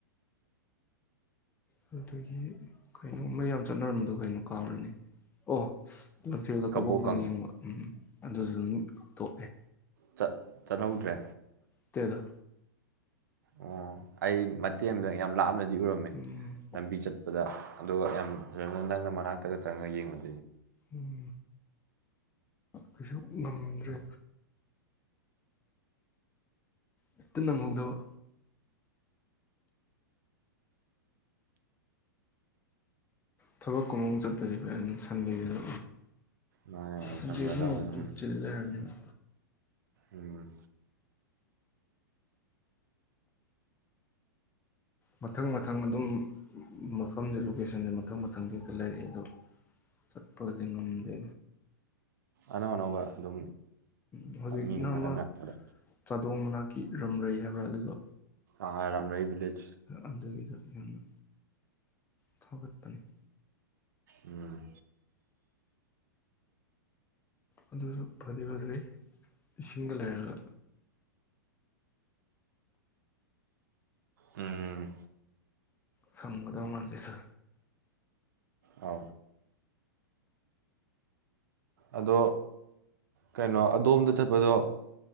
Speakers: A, on the left; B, on the right.
A: ꯑꯗꯨꯗꯒꯤ ꯀꯩꯅꯣꯃ ꯌꯥꯝ ꯆꯠꯅꯔꯝꯕꯗꯣ ꯀꯩꯅꯣ ꯀꯥꯎꯔꯤꯅꯦ ꯑꯣ ꯂꯝꯐꯦꯜꯗ
B: ꯀꯕꯣꯀꯪ
A: ꯀꯕꯣꯛ ꯀꯪ ꯌꯦꯡꯕ ꯎꯝ ꯑꯗꯨꯁꯨ ꯑꯗꯨꯝ ꯇꯣꯛꯑꯦ
B: ꯆꯠ ꯆꯠꯍꯧꯗ꯭ꯔꯦ
A: ꯇꯦꯗ
B: ꯑꯣ ꯑꯩ ꯃꯇꯦꯝꯗ ꯌꯥꯝ ꯂꯥꯞꯅꯗꯤ ꯎꯔꯝꯃꯦ
A: ꯎꯝ
B: ꯂꯝꯕꯤ ꯆꯠꯄꯗ ꯑꯗꯨꯒ ꯌꯥꯝ ꯐꯖꯅ ꯅꯪꯅ ꯃꯅꯥꯛꯇꯒ ꯆꯪꯉꯒ ꯌꯦꯡꯕꯗ
A: ꯎꯝ ꯀꯩꯁꯨ ꯉꯝꯗ꯭ꯔꯦ ꯍꯦꯛꯇ ꯅꯪꯍꯧꯗꯕ ꯊꯕꯛ ꯀꯨꯃ ꯆꯠꯄꯥꯖꯦ ꯑꯩꯅ ꯁꯟꯗꯦꯔ
B: ꯃꯥꯅ ꯃꯥꯅ
A: ꯁꯟꯗꯦ
B: ꯁꯪꯅꯗꯕꯅꯤꯅ
A: ꯁꯨ <unintelligible> ꯆꯤꯜ ꯂꯩꯔꯅꯤꯗ
B: ꯎꯝ
A: ꯃꯊꯪ ꯃꯊꯪ ꯑꯗꯨꯝ ꯃꯐꯝꯁꯦ ꯂꯣꯀꯦꯁꯟꯁꯦ ꯃꯊꯪ - ꯃꯊꯪꯒꯤ ꯍꯦꯛꯇ ꯂꯩꯔꯛꯑꯦ ꯑꯗꯣ ꯆꯠꯄꯗꯤ ꯉꯝꯗꯦ꯫
B: ꯑꯅꯧ - ꯑꯅꯧꯕ ꯑꯗꯨꯝ
A: ꯎꯝ ꯍꯧꯖꯤꯛꯅ
B: ꯃꯤꯅ ꯊꯥꯒꯠꯅꯔꯛꯄꯗ
A: ꯑꯃ ꯆꯥꯗꯣꯡ ꯃꯅꯥꯛ ꯀꯤꯔꯝꯂꯩ ꯍꯥꯏꯕ꯭ꯔꯥ ꯑꯗꯨꯗꯣ
B: ꯑꯔꯝꯔꯩ ꯕꯤꯂꯦ꯭ꯁ
A: ꯑꯗꯨꯒꯤꯗꯣ ꯌꯥꯝꯅ ꯊꯧꯒꯠꯄꯅꯤ
B: ꯎꯝ
A: ꯑꯗꯨꯁꯨ ꯐꯗꯤ ꯐꯖꯩ ꯏꯁꯤꯡꯒ ꯂꯩꯔꯒ
B: ꯎꯝ
A: ꯁꯒꯗ ꯃꯗꯁ
B: ꯑ ꯑꯗꯣ ꯀꯩꯅꯣ ꯑꯗꯣꯝꯗ ꯆꯠꯄꯗꯣ